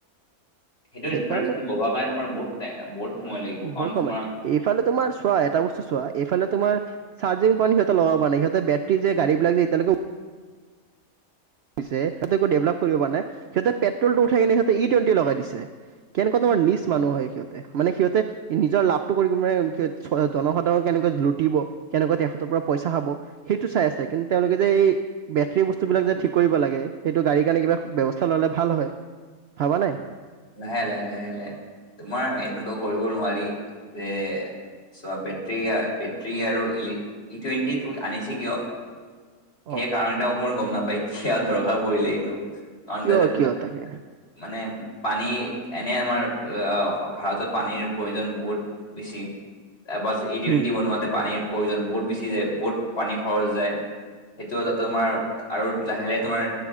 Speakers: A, on the left; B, on the right.
A: সেইটো
B: সেইকাৰণে
A: ইনফাৰেশ্যন বহোৱাৰ কাৰণে তোমাৰ বহুত বহুত সময় লাগিব
B: ভুল
A: কাৰণ
B: কমাই
A: তোমা-
B: এইফালে তোমাৰ চোৱা এটা বস্তু চোৱা এইফালে তোমাৰ চাৰ্জি পইন্ট সিহঁতি লগাব নাই সিহতে বেটেৰী যে গাড়ী বিলাক যে এতিয়ালে উ- পিছে একো ডেভলপমেন্ট কৰিব পৰা নাই সিহঁতে পেট্ৰলটো উঠাই কিনে সিহঁতে ই টুৱেণ্টি লগাই দিছে। কেনেকুৱা তোমাৰ নিচ মানুহ হয় সিহঁতে। মানে সিহঁতে নিজৰ লাভটো কৰিব মানে সহ জনসাধাৰণক কেনেকৈ লুটিব। কেনেকুৱা তেখতৰ পৰা পইচা খাব সেইটো চাই আছে, কিন্তু তেওঁলোকে যে এই বেটৰী বস্তু বিলাক যে ঠিক কৰিব লাগে সেইটো গাড়ীৰ কাৰণে কিবা ব্যৱস্থা ললে ভাল হয় ভাবা নাই।
A: লাহে লাহে লাহে লাহে তোমাৰ এনেকুৱা কৰিব নোৱাৰি যে চোৱা বেটৰী গা বেটৰী আৰু ইলি ই টুৱেণ্টি আনিছে কিয়
B: অ
A: সেই কাৰণতে অকমানো গম নাপায় খিয় দৰকাৰ পৰিলে এইটো। কাৰণ
B: কিয়
A: দাদেব
B: কিয় তাকে
A: মানে। পানী এনে আমাৰ ভাৰতত পানীৰ প্ৰয়োজন বহুত বেছি। বাছ এ টুৱণ্টি
B: উম
A: বনোৱাতে পানীৰ প্ৰয়োজন বহুত বেছি যায় বহুত পানী খৰচ যায়। সেইটো এটা তোমাৰ আৰু লাহে লাহে তোমাৰ